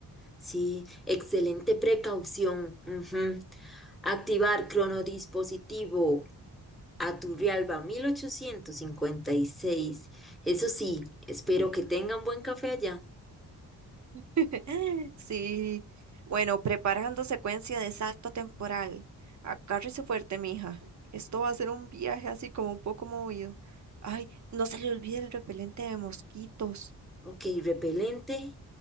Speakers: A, in the centre; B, on the right.
A: sí, excelente precaución. Ujú. Activar cronodispositivo Aturrialba 1856. Eso sí, espero que tengan buen café allá.
B: <gasps> <laughs> Sí. Bueno, preparando secuencia de salto temporal. Agárrese fuerte, mija. Esto va a ser un viaje así como un poco movido. Ay, no se le olvide el repelente de mosquitos.
A: Ok, repelente.